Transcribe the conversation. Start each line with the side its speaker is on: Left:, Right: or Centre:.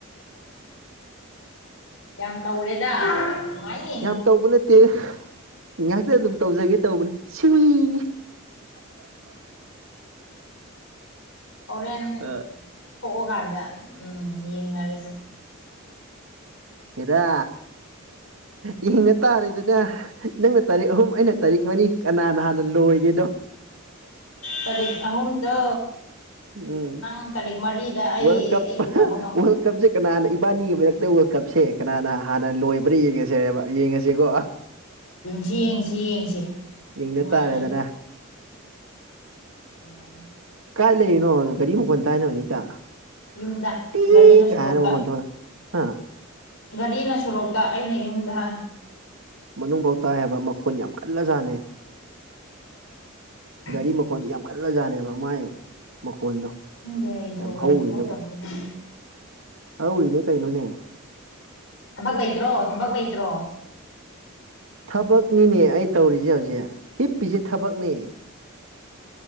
Left: ꯌꯥꯝ ꯇꯧꯔꯦꯗ ꯅꯨꯡꯉꯥꯏꯅꯤ
Right: ꯎꯝ ꯇꯧꯕ ꯅꯠꯇꯦ ꯉꯩꯍꯥꯛꯇ ꯑꯗꯨꯝ ꯇꯧꯖꯒꯦ ꯇꯧꯕꯅꯦ ꯁꯨꯏ
Left: ꯍꯧꯔꯦꯟ
Right: ꯑ
Left: ꯊꯣꯛꯑꯀꯥꯟꯗ ꯎꯝ ꯌꯦꯡꯅꯔꯖꯤ
Right: ꯍꯦꯔꯥ ꯌꯦꯡꯙ ꯇꯥꯔꯦꯗꯅ ꯅꯪꯅ ꯇꯥꯔꯤꯛ ꯑꯍꯨꯝ ꯑꯩꯅ ꯇꯥꯔꯤꯛ ꯃꯔꯤ ꯀꯅꯥꯅ ꯍꯥꯟꯅ ꯂꯣꯏꯒꯦꯗꯣ
Left: ꯇꯔꯤꯛ ꯑꯍꯨꯝꯗꯣ
Right: ꯎꯝ
Left: ꯅꯪ ꯇꯥꯔꯤꯛ ꯃꯔꯤꯗ ꯑꯩ
Right: ꯋꯥꯔꯜ ꯀꯞ
Left: ꯑꯩ ꯎꯅꯕ ꯉꯝꯃꯣꯏ
Right: ꯋꯥꯔꯜ ꯀꯞꯁꯦ ꯀꯅꯥꯅ ꯏꯕꯥꯅꯤꯒꯤ ꯃꯔꯛꯇ ꯋꯥ ꯀꯞꯁꯦ ꯀꯅꯥꯅ ꯍꯥꯟꯅ ꯂꯣꯏꯕ꯭ꯔꯥ ꯌꯦꯡꯉꯁꯔꯦꯕ ꯌꯦꯡꯉꯁꯤꯀꯣ
Left: ꯌꯦꯡꯁꯤ ꯌꯦꯡꯁꯤ ꯌꯦꯡꯁꯤ
Right: ꯌꯦꯡꯅ
Left: ꯅꯨꯡꯉꯥꯏꯅꯤ
Right: ꯇꯥꯔꯦꯗꯅ
Left: ꯅꯨꯡꯉꯥꯏꯅꯤ
Right: ꯀꯥꯏ ꯂꯩꯔꯤꯅꯣ ꯒꯥꯔꯤ ꯃꯈꯣꯟ ꯇꯥꯏꯅ ꯍꯧꯖꯤꯛꯇ
Left: ꯌꯨꯝꯗ
Right: ꯇꯤ
Left: ꯒꯥꯔꯤꯅ
Right: ꯀꯥꯏꯅ
Left: ꯁꯔꯣꯛꯇ
Right: ꯃꯈꯣꯟ ꯊꯣꯛꯑꯦ ꯍꯥ
Left: ꯒꯥꯔꯤꯅ ꯁꯣꯔꯣꯛꯇ ꯑꯩꯅ ꯌꯨꯝꯗ
Right: ꯃꯅꯨꯡꯕꯧ ꯇꯥꯏ ꯍꯥꯏꯕ ꯃꯈꯣꯟ ꯌꯥꯝ ꯀꯜꯂꯖꯥꯠꯅꯦ
Left: ꯎꯝ
Right: ꯒꯥꯔꯤ ꯃꯈꯣꯟ ꯌꯥꯝ ꯀꯜꯂꯖꯥꯠꯅꯦꯕ ꯃꯥꯏ ꯃꯈꯣꯟꯗꯣ
Left: ꯈꯪꯗꯦ ꯑꯩꯖꯨ
Right: ꯌꯥꯝ ꯍꯧꯔꯤꯗꯨꯕ
Left: ꯒꯥꯔꯤ ꯊꯧꯗꯝꯅꯤꯅ
Right: ꯍꯧꯔꯤꯅꯦ ꯀꯩꯅꯣꯅꯦ
Left: ꯊꯕꯛ ꯂꯩꯇ꯭ꯔꯣ ꯊꯕꯛ ꯂꯩꯇ꯭ꯔꯣ
Right: ꯊꯕꯛꯅꯤꯅꯦ ꯑꯩ ꯇꯧꯔꯤꯖꯦ ꯍꯧꯖꯤꯛ ꯍꯤꯞꯄꯤꯖꯦ ꯊꯕꯛꯅꯦ